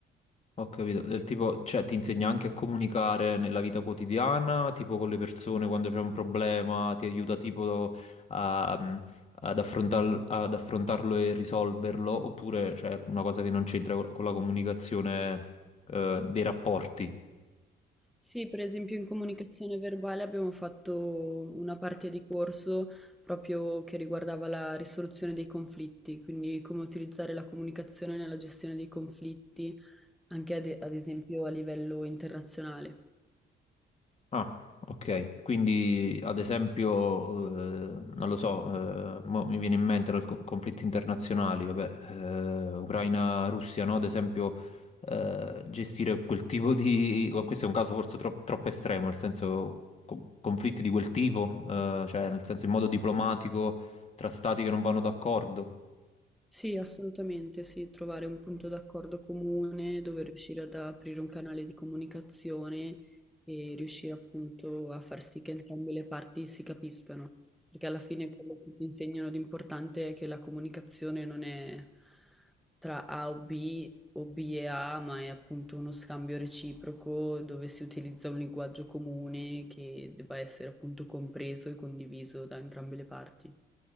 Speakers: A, on the left; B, in the centre.
A: Ho capito, del tipo, cioè ti insegna anche a comunicare nella vita quotidiana, tipo con le persone quando c'è un problema, ti aiuta tipo a- mm, ad affrontar- ad affrontarlo e risolverlo, oppure c'è una cosa che non c'entra co- con la comunicazione, eh, dei rapporti.
B: Sì, per esempio in comunicazione verbale abbiamo fatto una parte di corso proprio che riguardava la risoluzione dei conflitti, quindi come utilizzare la comunicazione nella gestione dei conflitti, anche ad, ad esempio a livello internazionale.
A: Ah, ok. Quindi, ad esempio, eh, non lo so, eh, mo mi viene in mente i conflitti internazionali, vabbè, eh, Ucraina-Russia, no? Ad esempio, eh, gestire quel tipo di... Questo è un caso forse tro- troppo estremo, nel senso, co- conflitti di quel tipo, eh, cioè, nel senso, in modo diplomatico, tra stati che non vanno d'accordo.
B: Sì, assolutamente, sì, trovare un punto d'accordo comune dove riuscire ad aprire un canale di comunicazione e riuscire appunto a far sì che entrambe le parti si capiscano, perché alla fine quello che ti insegnano di importante è che la comunicazione non è tra A o B o B e A, ma è appunto uno scambio reciproco dove si utilizza un linguaggio comune che debba essere appunto compreso e condiviso da entrambe le parti.